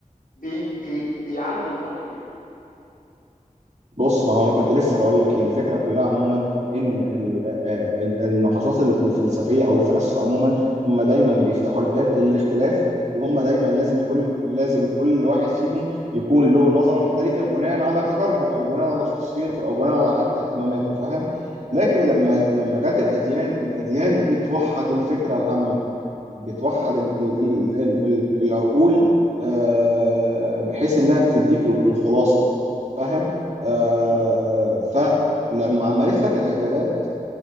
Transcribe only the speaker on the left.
بي بي بيعالجوا النقطه دي
اه
امم